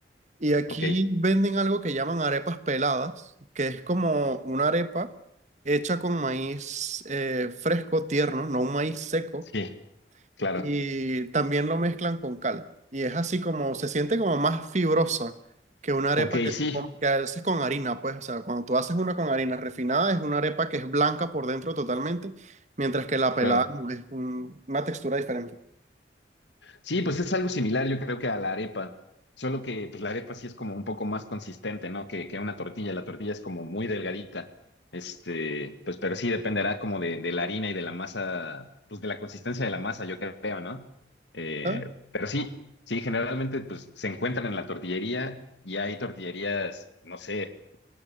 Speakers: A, on the right; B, on the left.
A: y aquí
B: ok,
A: venden algo que llaman arepas peladas, que es como una arepa hecha con maíz eh, fresco, tierno, no un maíz seco
B: sí, claro.
A: y también lo mezclan con cal. Y es así como, se siente como más fibrosa que una arepa
B: Ok,
A: que,
B: sí,
A: que haces con harina, pues, o sea, cuando tú haces una con harina refinada es una arepa que es blanca por dentro totalmente, mientras que la pelada
B: claro.
A: no, es un- una textura diferente.
B: Sí, pues es algo similar, yo creo que a la arepa, solo que pues la arepa sí es como un poco más consistente, ¿no? Que, que una tortilla, la tortilla es como muy delgadita, este, pues pero sí dependerá como de, de la harina y de la masa, pues de la consistencia de la masa, yo creo, ¿no? Eh,
A: ¿sabes?
B: pero sí, sí, generalmente pues se encuentran en la tortillería y hay tortillerías, no sé,